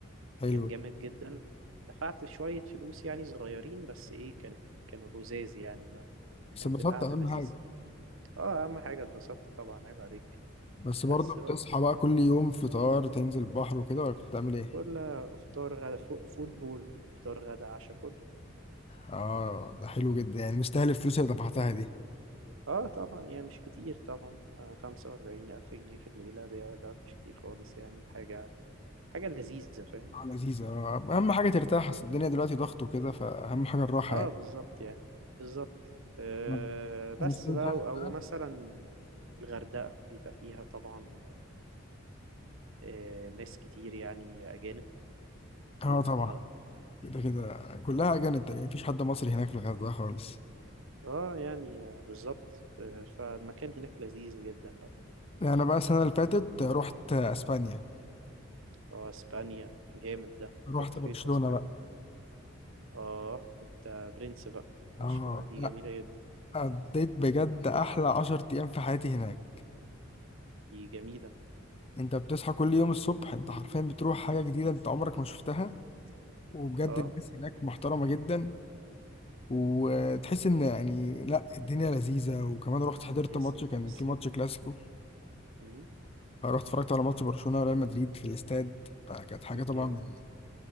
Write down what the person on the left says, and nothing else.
حلو
بس
انبسطت
اهم
حاجة
بس برضه
بتصحى
بقى كل يوم فطار تنزل البحر وكده ولا كنت بتعمل ايه؟
اه ده حلو جدا يعني مستاهل الفلوس اللي دفعتها دي
اه لذيذة آه، اهم حاجة ترتاح اصل الدنيا دلوقتي ضغط وكده فاهم حاجة الراحة
يعني
طب
انا السنة
اللي فاتت
بقى
اه طبعا
كده كده كلها اجانب تقريبا مفيش حد مصري هناك في الغردقة خالص
انا بقى السنة اللي فاتت رحت اسبانيا
رحت
برشلونة
بقى
اه
لا،
قضيت بجد احلى 10 ايام في حياتي هناك
انت بتصحى كل يوم الصبح انت حرفيا بتروح حاجة
جديدة انت عمرك ما شفتها وبجد
الناس هناك محترمة جدا وتحس ان يعني لا الدنيا لذيذة وكمان رحت حضرت
ماتش
كان
في ماتش كلاسيكو
رحت اتفرجت على ماتش برشلونة وريال مدريد في الاستاد فكانت حاجة طبعا
من